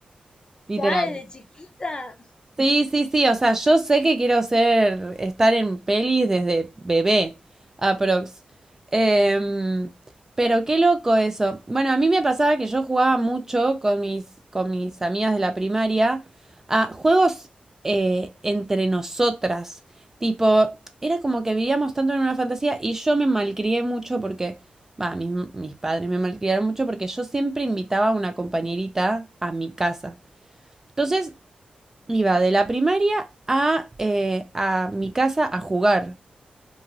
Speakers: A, on the right; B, on the left.
A: literal.
B: Ya desde chiquita.
A: Sí, sí, sí, o sea, yo sé que quiero ser, estar en pelis desde bebé, aprox. Em, pero qué loco eso. Bueno, a mí me pasaba que yo jugaba mucho con mis, con mis amigas de la primaria a juegos eh, entre nosotras. Tipo, era como que vivíamos tanto en una fantasía y yo me malcrié mucho porque, va, mis, mis padres me malcriaron mucho porque yo siempre invitaba a una compañerita a mi casa. Entonces, iba de la primaria a, eh, a mi casa a jugar.